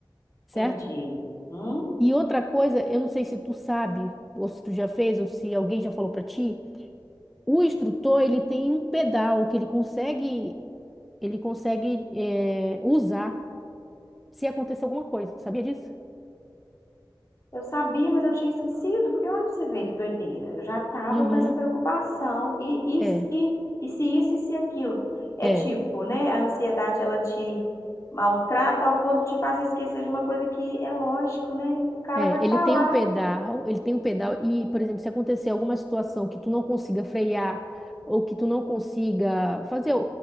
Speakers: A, in the centre; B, on the left.
A: certo?
B: entendi. Uhum.
A: E outra coisa, eu não sei se tu sabe, ou se tu já fez, ou se alguém já falou pra ti, o instrutor, ele tem um pedal que ele consegue, ele consegue é, usar se acontecer alguma coisa. Tu Sabia disso?
B: Eu sabia, mas eu tinha esquecido, porque olha pra você ver que doideira. Eu já tava
A: Uhum.
B: com essa preocupação. E, e
A: É,
B: se? E se isso e se aquilo? É
A: é.
B: tipo, né? A ansiedade, ela te maltrata ao ponto de te fazer esquecer de uma coisa que é lógico, né? O cara
A: É,
B: vai estar
A: ele tem
B: lá.
A: um pedal, ele tem um pedal e, por exemplo, se acontecer alguma situação que tu não consiga frear ou que tu não consiga fazer o-